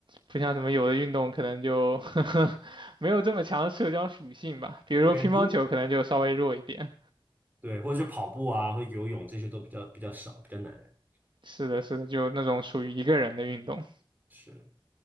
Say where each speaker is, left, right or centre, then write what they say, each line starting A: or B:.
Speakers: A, on the right; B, on the right.
A: 不像什么有的运动可能就 <laughs> 没有这么强的社交属性吧。比如说乒乓球可能就稍微弱一点。
B: 对，只对，或者是跑步啊，或者游泳这些都比较比较少，比较难。
A: 是的，是的，就那种属于一个人的运动。
B: 是，